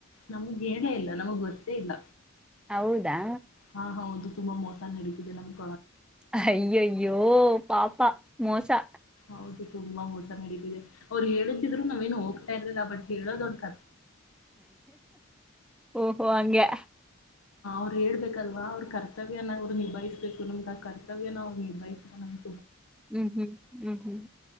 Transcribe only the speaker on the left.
ನಮ್ಗ್ ಹೇಳೇ ಇಲ್ಲ ನಮಗ್ ಗೊತ್ತೇ ಇಲ್ಲ
ಹಾ ಹೌದು ತುಂಬಾ ಮೋಸ ನಡೀಿದೆ ನಮಗೆ
ಹೌದು ತುಂಬಾ ಹೊೋಸ ನಡೀತಿದೆ ಅವ್ರು ಹೇಳುತ್ತಿದ್ರು ನಾವೇನು ಹೋಗ್ತ ಎಲ್ಲಲ್ಲ ಬಠಿಳ ದೊಡ್ತ
ಅವ್ರು ಹೇಳ್ಬೇಕಲ್ವಾ ಅವ್ರ ಕರ್ತವ್ಯನ ಅವ್ರು ನಿಭಾಯಿಸ್ಬೇಕು ನಮ್ಗೆ ಆ ಕರ್ತವ್ಯನ ಅವ್ರು ನಿಭಾಯಿಸ ನಮಗೆ